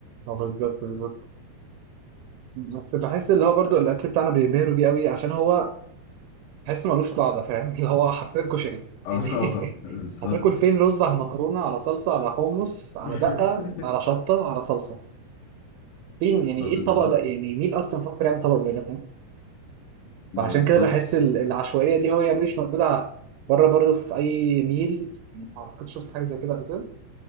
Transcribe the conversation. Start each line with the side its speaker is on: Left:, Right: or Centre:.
Right: هو بالظبط بالظبط بس بحس اللي هو برضو الاكل بتاعنا بينبهروا بيه قوي عشان هو تحس ملوش قاعده فاهم <laughs> اللي هو حرفيا كشري
Left: اه
Right: يعني
Left: <laughs> بالظبط
Right: <laughs> هتاكل فين رز على مكرونه على صلصه على حمص على
Left: <laughs>
Right: دقه على شطه على صلصه فين يعني
Left: ما
Right: ايه
Left: بالظبط
Right: الطبق ده يعني مين اصلا فكر يعمل طبق زي ده فاهم
Left: ما
Right: فعشان
Left: بالظبط
Right: كده بحس ال- العشوائيه دي هو هي مش موجوده بره برضو في اي ميل ما اعتقدش شفت حاجه زي كده قبل كده